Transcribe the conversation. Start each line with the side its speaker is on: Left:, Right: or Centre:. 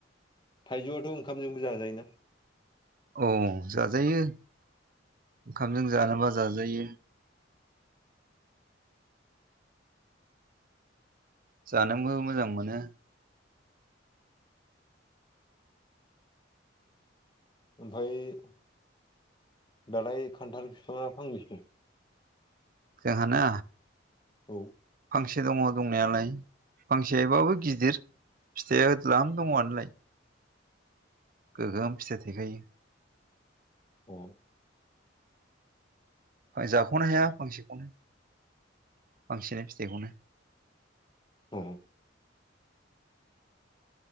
Left: थाइजौआथ' ओंखामजोंबो जाजायोना
Right: औ जाजायो ओंखामजों जानोबा जाजायो जानोबो मोजां मोनो
Left: ओमफ्राय दालाय खान्थाल बिफां फांबैसे दं
Right: जोंहाना
Left: औ
Right: फांसे दंङो दंनायालाय फांसेबाबो गिदिर फिथाया दाल्लाम दंङोलाय गोगोम फिथाइ थायखायो
Left: औ
Right: <unintelligible> जाख'नो हाया फांसेखौनो फांसेनो फिथाइखौनो
Left: अ